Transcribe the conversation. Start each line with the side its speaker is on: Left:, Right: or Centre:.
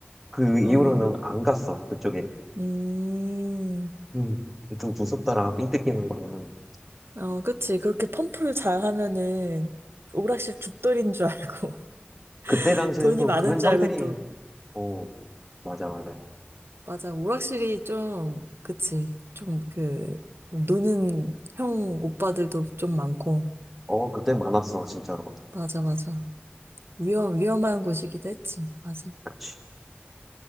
Centre: 그 이후로는
Right: 어,
Centre: 안 갔어 그쪽에
Right: 음,
Centre: 음, 좀 무섭더라 삥 뜯기는 거는
Right: 어, 그치. 그렇게 펌프를 잘 하면은 오락실 죽돌인 줄 알고,
Centre: 그때
Right: <laughs>
Centre: 당시에는
Right: 돈이
Centre: 또
Right: 많은
Centre: 그런
Right: 줄
Centre: 형들이
Right: 알고 또,
Centre: 어 맞아 맞아
Right: 맞아. 오락실이 좀, 그치. 좀 그, 노는 형 오빠들도 좀 많고,
Centre: 어 그때 많았어 진짜로
Right: 맞아, 맞아. 위험, 위험한 곳이기도 했지. 맞아.
Centre: 그치